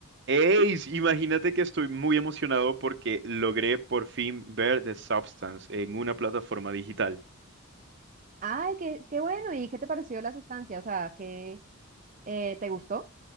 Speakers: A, on the right; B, on the right.
A: Ey, sí, imagínate que estoy muy emocionado porque logré por fin ver The Substance en una plataforma digital.
B: Ay, qué, qué bueno. ¿Y qué te pareció la sustancia? O sea, ¿qué eh, te gustó?